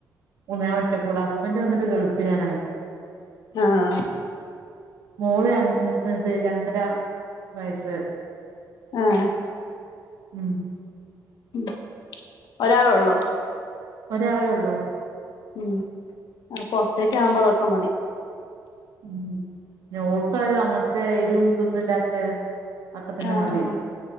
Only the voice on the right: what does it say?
ഉം ഞാൻ ഒറ്റക്കൊള്ളു ഹസ്ബന്റ് ങ്ങട്ട് ഗൾഫിലാണ്
മോള് രണ് ഇത് രണ്ടര വയസ്സ്
ഉം
ഒരാളേ ഉള്ളൂ
ഉം ഞ്ഓൾക്കാലും അങ്ങൻത്തെ രും ഇതൊന്നും ഇല്ലാത്തെ ഒക്കെ തന്നെ
മതി